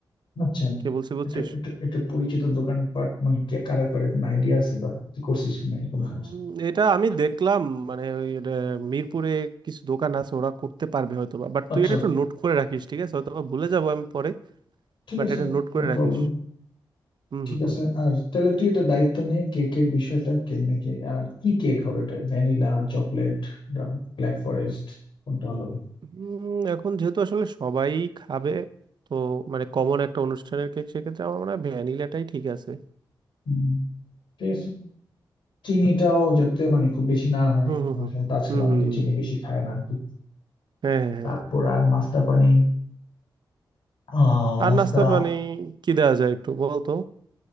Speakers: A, on the left; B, on the right.
A: আচ্ছা
B: কে বলছি বুঝছিস
A: এটা এটা এটা পরিচিত দোকানপাট মানে কে কারা করে কোনো আইডিয়া আছে বা কি করছিস কিনা এরকম
B: উম,
A: কাজ
B: এটা আমি দেখলাম মানে ওই আহ, মিরপুরে কিছু দোকান আছে ওরা করতে পারবে হয়তো বা বাট
A: আচ্ছা
B: তুই এটা একটু নোট করে রাখিস ঠিক আছে হয়তো বা ভুলে যাবো আমি পরে
A: ঠিক
B: বাট
A: আছে
B: এটা নোট করে
A: No problem
B: রাখিস হুম
A: ঠিক
B: হুম
A: আছে
B: হুম
A: আর তাহলে তুই এটা দায়িত্ব নে কেকের বিষয়টা কেমনে কে আর কি কেক হবে এটা ভ্যানিলা চকলেট ব্ল্যাক ফরেস্ট কোনটা ভালো হবে
B: উম, এখন যেহেতু আসলে সবাই খাবে তো মানে কমন একটা অনুষ্ঠানের কেক সেক্ষেত্রে আমার মনে হয় ভ্যানিলাটাই ঠিক আছে
A: হুম, ঠিক আছে চিনিটাও যাতে মানে খুব বেশি না হয়
B: হুম হুম হুম
A: কারণ আজকাল
B: হুম
A: অনেকে
B: হুম হুম,
A: চিনি
B: হুম।
A: বেশি খায় না আর কি।
B: হ্যাঁ হ্যাঁ হ্যাঁ
A: তারপর আর নাস্তা পানি আহ
B: আর
A: নাস্তা
B: নাস্তা পানি কি দেওয়া যায় একটু বলতো